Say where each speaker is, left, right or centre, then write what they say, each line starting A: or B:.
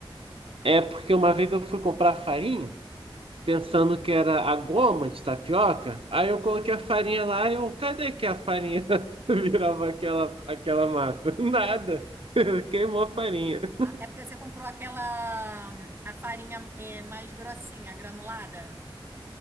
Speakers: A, on the right; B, on the right.
A: É porque uma vez eu fui comprar farinha, pensando que era a goma de tapioca. Aí eu coloquei a farinha lá e eu, cadê que a farinha <laughs> virava aquela, aquela massa? <laughs> Nada. <laughs> Queimou a farinha.
B: Ah, É porque você comprou aquela, hum, a farinha é, mais grossinha, granulada.